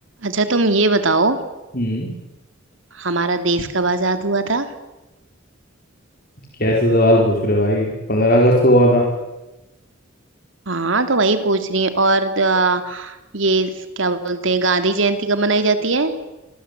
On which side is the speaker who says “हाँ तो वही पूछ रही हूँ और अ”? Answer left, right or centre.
Right